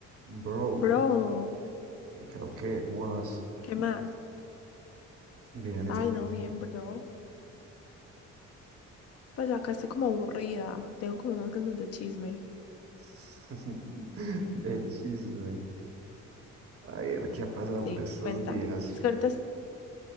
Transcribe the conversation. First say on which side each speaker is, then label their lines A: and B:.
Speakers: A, on the right; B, on the left.
A: Bro,
B: Bro,
A: creo que, ¿cómo vas?
B: ¿qué más?
A: Bien,
B: Ay,
A: ¿y tú qué?
B: no, bien, bro. Pues acá estoy como aburrida. Tengo como unas ganas de chisme.
A: <laughs> De chisme. A ver, ¿qué ha pasado
B: Sí,
A: por estos
B: cuenta.
A: días?
B: Es que ahorita, es